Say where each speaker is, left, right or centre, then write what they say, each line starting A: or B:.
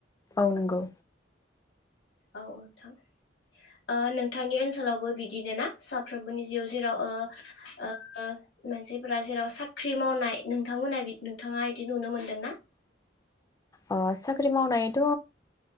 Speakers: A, on the left; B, on the left.
A: औ नंगौ
B: औ नोंथां ओ नोंथांनि ओनसोलावबो बिदिनो ना साफ्रोमबोनि जिउ जेराव ओ ओ मानसिफोरा जेराव साख्रि मावनाय नोंथांमोनहा नोंथाङा इदि नुनो मोन्दों ना?
A: अ साख्रि मावनायथ'